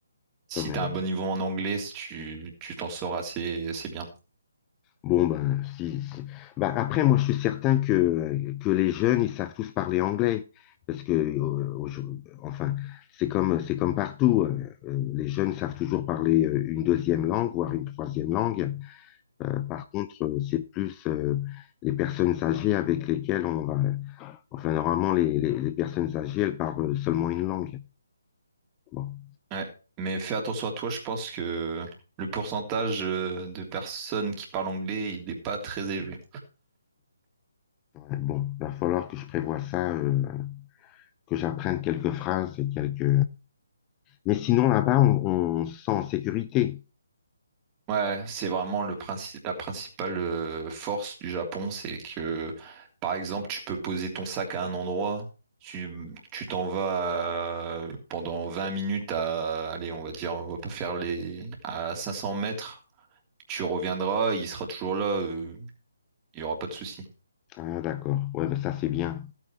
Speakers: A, on the right; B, on the left.
A: si
B: quand même.
A: tu as un bon niveau en anglais, tu tu t'en sors assez, assez bien.
B: Bon, ben, si, si. Ben, après, moi, je suis certain que, que les jeunes, ils savent tous parler anglais. Parce que, euh, aujourd'hui- enfin, c'est comme, c'est comme partout. euh, euh, les jeunes savent toujours parler euh, une deuxième langue, voire une troisième langue. Euh, par contre, euh, c'est plus euh, les personnes âgées avec lesquelles on va. Enfin, normalement, les, les, les personnes âgées, elles parlent euh, seulement une langue. Bon,
A: Ouais. Mais fais attention à toi, je pense que le pourcentage euh, de personnes qui parlent anglais, il n'est pas très élevé.
B: Ouais, bon, va falloir que je prévoie ça, euh, que j'apprenne quelques phrases et quelques. Mais sinon, là-bas, on, on se sent en sécurité.
A: Ouais, c'est vraiment le princi- la principale euh, force du Japon, c'est que, par exemple, tu peux poser ton sac à un endroit, tu tu t'en vas euh, pendant 20 minutes à, allez, on va dire, on va pas faire les, à 500 mètres, tu reviendras, il sera toujours là, euh, il n'y aura pas de souci.
B: Ah, d'accord. Ouais, bah, ça, c'est bien.